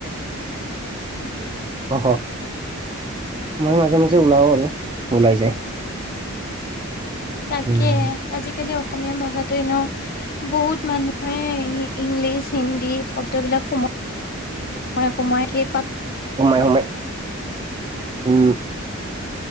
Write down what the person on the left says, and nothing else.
তাকে
আজিকালি অসম অসমীয়া ভাষাটো এনেও বহুত মানুহে ইংলিছ, হিন্দী শব্দবিলাক সোম মই সোমই সেই